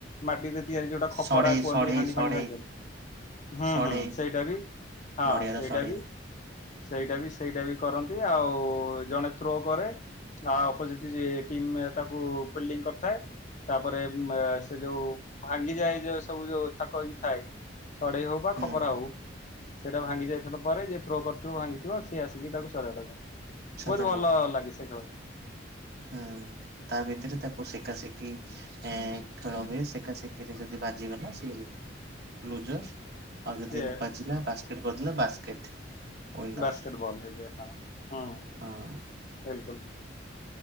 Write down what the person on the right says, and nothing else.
ସଢେଇ
ସଢେଇ
ସଢେଇ
ସଢେଇ
ନଡିଆର
ସଢେଇ
ହୁଁ
ସଜାଡିବ
ହୁଁ ତା ଭିତରେ ତାକୁ ସେଖା ଶିଖି ଏ ଖେଳ ହୁଏ। ସେଖା ଶିଖିରେ ତାକୁ ବାଜିଗଲା ସେ ଲୁଜର। ଆଉ ଯଦି
ନ ବାଜିଲା ବାସ୍କେଟ କରିଦେଲା ବାସ୍କେଟ। ୱିନର
ହଁ